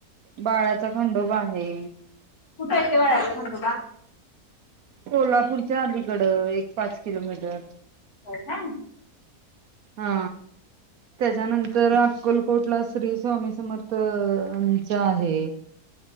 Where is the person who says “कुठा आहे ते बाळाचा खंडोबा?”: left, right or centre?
Left